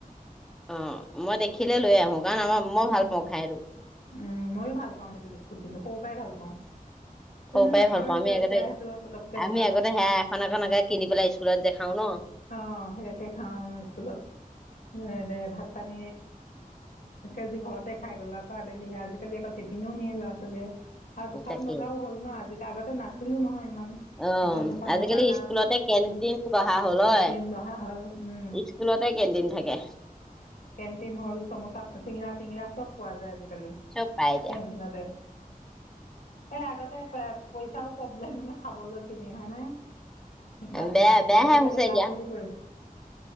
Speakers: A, in the centre; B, on the left.
A: অ মই দেখিলে লৈ আহো। কাৰণ আমাৰ মই
B: উম
A: ভাল পাওঁ খাই এইটো।
B: উম ময়ো ভাল পাওঁ সেইটো বিস্কুট কিন্তু। সৰু পৰাই ভাল পাওঁ।
A: খৰু
B: কিন্তু
A: পাই
B: নাপাওঁৱে
A: ভাল পাওঁ। আমি
B: যে
A: আগতে
B: এতিয়া সেইটো পতককে
A: আমি
B: দোকানত
A: আগতে হেয়া এখন এখন আগে কিনি পেলাই স্কুলত যে খাওঁ ন।
B: অঁ সেয়াকে খাওঁ স্কুলত। দে ভাত পানী এ আজি ঘৰতে খাই গ'ল আকৌ আবেলি আজিকালি আকৌ টিফিনো নিয়ে ল'ৰা ছোৱালীয়ে। আৰু দোকান
A: তাকে
B: বজাৰো হ'ল ন আজি। আগতে নাছিলো নহয় ইমান।
A: অ',
B: এখন দুখন
A: আজিকালি
B: দোকান আও।
A: স্কুলতে কেন্টিন বহা হ'ল
B: কেনটিন
A: হয়।
B: বহা হ'ল, উম।
A: স্কুলতে কেন্টিন থাকে
B: কেনটিন হল, চমোচা, চিঙৰা-টিঙৰা চব পোৱা যায় আজি কি
A: চব পাই এতিয়া
B: কেণ্টিনতে। এই আগতে প পইচাও প্ৰব্লেম খাবলৈ কিনি। হয় নে? বা
A: বেয়া
B: বস্তু
A: বেয়াহে
B: আজিকালি
A: হৈছে
B: ল'ৰা
A: এতিয়া
B: ছোৱালী পৰি